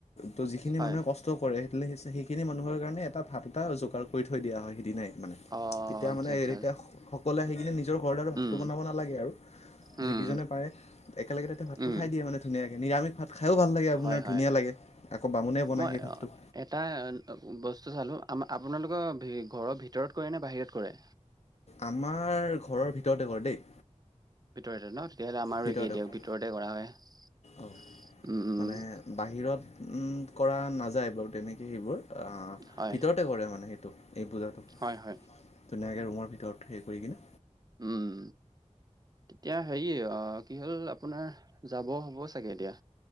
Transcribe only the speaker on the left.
ত‌ যিখিনি
মানুহ কচ, ত কৰে সেই সেইখিনি মানুহৰ কাৰণে এটা ভাত এটা যোগাৰ কৰি থৈ দিয়া হয় সেইদিনাই।
তেতিয়া
মানে
তেতিয়া সকলোৱে আহি কিনে নিজৰ ঘৰত আৰু ভাতটো
বনাব নালাগে আৰু
যিকেইজনে পাৰে একেলগে তাতে ভাতটো
খাই দিয়ে মানে। ধুনীয়াকৈ নিৰামিষ ভাত খায়ো ভাল লাগে, আপোনাৰ
ধুনীয়া লাগে আকৌ বামুণে বনায়
সেই ভাতটো।
আমাৰ ঘৰৰ ভিতৰতে কৰে দেই।
ভিতৰতে
ঘৰ
অ'
মানে বাহিৰত উম কৰা নাযায় বাৰু তেনেকৈ সেইবোৰ
ভিতৰত তে কৰে মানে সেইটো এই পূজাটো।
ধুনীয়াকে ৰুমৰ ভিতৰত হেৰি কৰি। কিনে